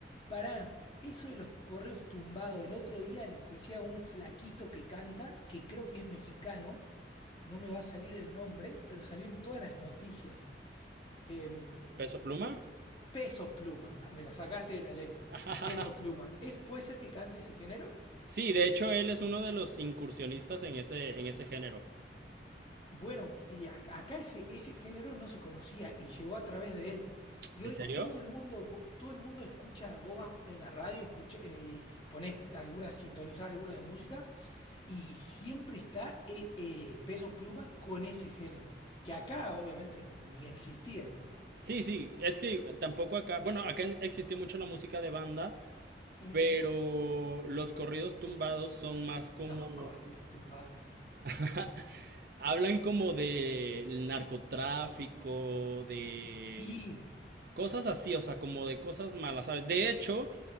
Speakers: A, on the left; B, on the right.
A: Pará, eso de los correos tumbados, el otro día lo escuché a un flaquito que canta, que creo que es mexicano, no me va a salir el nombre, pero salió en todas las noticias. Em,
B: Peso Pluma.
A: Peso Pluma, me lo sacaste de la lengua.
B: <laughs>
A: Peso Pluma, ¿Es, ¿puede ser que cante ese género?
B: Sí, de hecho, él es uno de los incursionistas en ese, en ese género.
A: Bueno, y a- acá ese, ese género no se conocía y llegó a través de él. Y
B: ¿En
A: hoy
B: serio?
A: todo el mundo, vo- todo el mundo escucha, vos vas en la radio, escuché, eh, y ponés alguna, sintonizás alguna de música Y siempre está eh, eh, Peso Pluma con ese género, que acá obviamente ni existía.
B: Sí, sí, es que tampoco acá, bueno, acá en- existía mucho la música de banda,
A: Mm,
B: pero los corridos tumbados son más como...
A: Los corridos tumbados.
B: <laughs> Hablan como del narcotráfico, de
A: Sí,
B: cosas así, o sea, como de cosas malas, ¿sabes? De hecho,